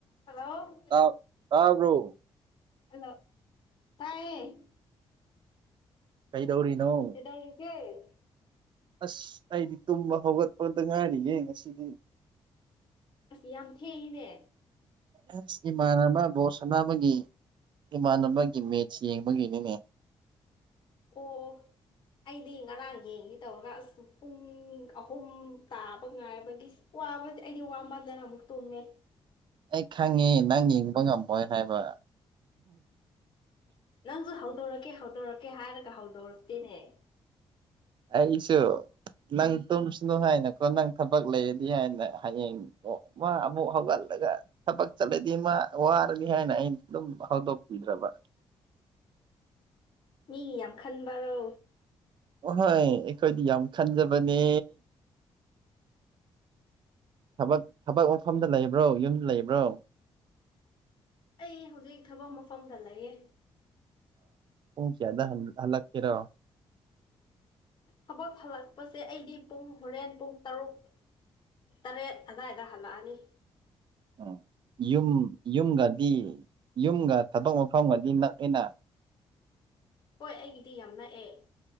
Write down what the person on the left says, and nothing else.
Hello
hello ꯇꯥꯏꯌꯦ
ꯗꯧꯔꯤꯒꯦ <unintelligible>
ꯑꯁ ꯌꯥꯝ ꯊꯦꯡꯉꯤꯅꯦ
ꯑꯣ ꯑꯩꯗꯤ ꯉꯔꯥꯡ ꯌꯦꯡꯒꯦ ꯇꯧꯔꯒ ꯑꯁ ꯄꯨꯡ ꯑꯍꯨꯝ ꯇꯥꯕ ꯉꯥꯏꯕꯒꯤꯁ ꯋꯥꯕꯗꯤ ꯑꯩꯗꯤ ꯋꯥꯃꯟꯗꯅ ꯑꯃꯨꯛ ꯇꯨꯝꯃꯦ
ꯅꯪꯁꯨ ꯍꯧꯗꯣꯔꯛꯀꯦ ꯍꯧꯗꯣꯔꯛꯀꯦ ꯍꯥꯏꯔꯒ ꯍꯧꯗꯣꯔꯛꯇꯦꯅꯦ
ꯃꯤꯒꯤ ꯌꯥꯝ ꯈꯟꯕꯔꯣ
ꯑꯩ ꯍꯧꯖꯤꯛ ꯊꯕꯛ ꯃꯐꯝꯗ ꯂꯩꯌꯦ
ꯊꯕꯛ ꯍꯜꯂꯛꯄꯁꯦ ꯑꯩꯗꯤ ꯄꯨꯡ ꯍꯣꯔꯦꯟ ꯄꯨꯡ ꯇꯔꯨꯛ ꯇꯔꯦꯠ ꯑꯗꯥꯏꯗ ꯍꯜꯂꯛꯑꯅꯤ
ꯍꯣꯏ ꯑꯩꯒꯤꯗꯤ ꯌꯥꯝ ꯅꯛꯑꯦ